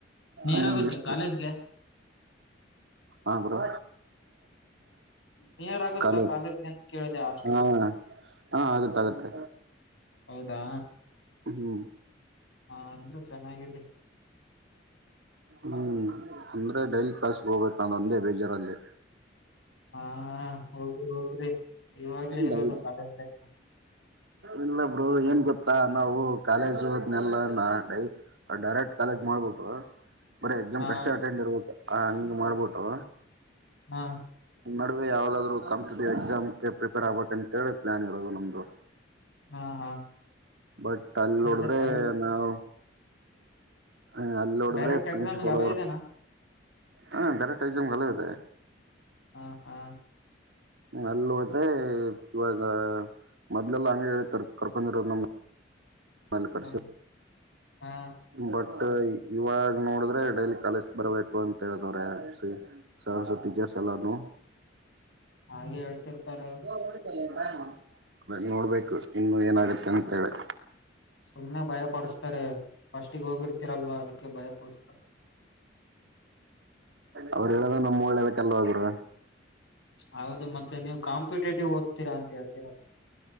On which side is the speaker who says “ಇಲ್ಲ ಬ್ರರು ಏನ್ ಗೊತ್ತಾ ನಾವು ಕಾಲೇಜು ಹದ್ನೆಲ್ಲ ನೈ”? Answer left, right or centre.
Right